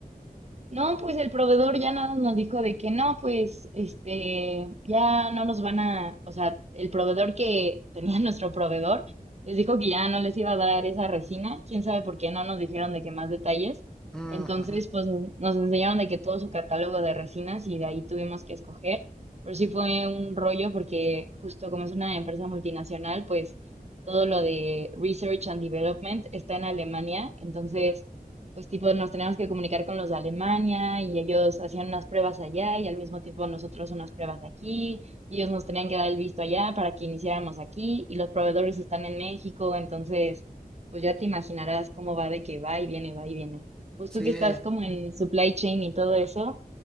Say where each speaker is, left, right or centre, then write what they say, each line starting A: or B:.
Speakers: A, on the right (about 45°); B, in the centre.
A: No, pues el proveedor ya nada nos dijo de que no, pues este, ya no nos van a, o sea, el proveedor que tenía <laughs> nuestro proveedor les dijo que ya no les iba a dar esa resina, quién sabe por qué no nos dijeron de qué más detalles.
B: Mm,
A: Entonces,
B: ujú.
A: pues nos enseñaron de que todo su catálogo de resinas y de ahí tuvimos que escoger, pero sí fue un rollo porque justo como es una empresa multinacional, pues todo lo de research and development está en Alemania, entonces pues tipo nos teníamos que comunicar con los de Alemania y ellos hacían unas pruebas allá y al mismo tiempo nosotros unas pruebas aquí y ellos nos tenían que dar el visto allá para que iniciáramos aquí y los proveedores están en México, entonces pues ya te imaginarás cómo va de que va y viene, va y viene. Pues
B: Sí,
A: tú que estás como en supply chain y todo eso,